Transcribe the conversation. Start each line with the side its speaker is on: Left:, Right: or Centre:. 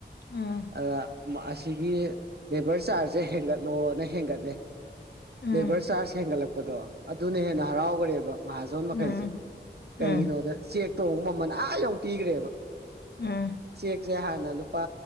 Left: ꯎꯝ
Right: ꯑꯗꯨꯅ ꯃꯥ ꯑꯁꯤꯒꯤ ꯂꯦꯕꯔ ꯆꯥꯔꯖꯁꯦ ꯍꯦꯟꯒꯠꯂꯣꯅ ꯍꯦꯟꯒꯠꯂꯦ
Left: ꯎꯝ
Right: ꯂꯦꯕꯔ ꯆꯥꯔꯖ ꯍꯦꯟꯒꯠꯂꯛꯄꯗꯣ ꯑꯗꯨꯅ ꯍꯦꯟꯅ ꯍꯔꯥꯎꯒ꯭ꯔꯦꯕ ꯃꯍꯥꯖꯣꯟ ꯃꯈꯩꯁꯦ
Left: ꯎꯝ ꯎꯝ
Right: ꯀꯩꯒꯤꯅꯣꯗ ꯆꯦꯛꯇꯣꯃꯨ ꯃꯃꯟ ꯑꯥ ꯌꯧ ꯄꯤꯒ꯭ꯔꯦꯕ
Left: ꯎꯝ
Right: ꯆꯦꯛꯁꯦ ꯍꯥꯟꯅ ꯂꯨꯄꯥ